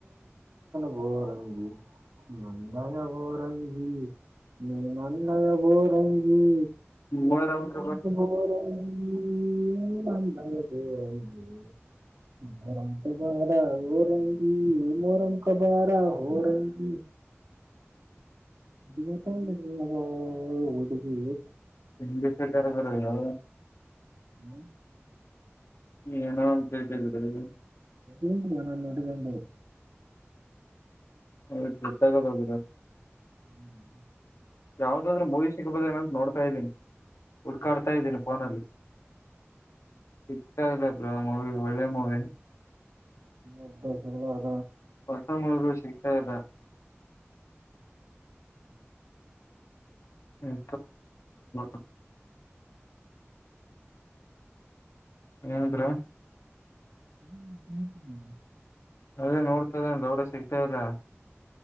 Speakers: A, on the right; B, on the left.
A: ಬೋರಂಗಿ ನನ್ನ ಓರಂಗಿ ನನ್ನಯ ಓರಂಗಿ ನಿನ್ ನನ್ನಯ ಓರಂಗಿ
B: ಮೂವರ ಅಂಕ
A: ಓರಂಗಿ ನೀನು ನನ್ನಯ ಓರಂಗಿ <inaudible> ಪಾದ ಬೋರಂಗಿ ಮೋರಂ ಕಬಾರ ಓರಂಗಿ <inaudible> ಓ ಹುಡುಗಿ
B: <inaudible>
A: ಹ್ಮ್
B: ಏನೋ ಅಂತೇತಿದ್ರಿ
A: ಏನಿಲ್ಲ ನನ್ನ ಹುಡುಗಿಗೆ
B: ಹೌದು ಗೊತ್ತಾಗ ಹೋಗದ
A: <inaudible>
B: ಯಾವ್ದಾದಾದ್ರು ಮೂವಿ ಸಿಗ್ಬೋದೇಏನಂತ ನೋಡ್ತಾ ಇದ್ದೀನಿ ಹುಡ್ಕಾಡ್ತಾ ಇದ್ದೀನಿ ಫೋನಲ್ಲಿ ಸಿಗ್ತಾಇಲ್ಲ ಬ್ರೊ ಮೂವಿಗಳು ಒಳ್ಳೆ ಮೂವಿ
A: ಒಬ್ಬ <inaudible>
B: ಹೊಸ ಮೂವಿಗಳು ಸಿಗ್ತಯಿದೆ ಹ್ಮ್ <inaudible> ಏನ್ ಬ್ರೋ
A: <inaudible>
B: ಅದೇ ನೋಡ್ತದೆ ದೊಡ ಸಿಗ್ತಲ್ಲ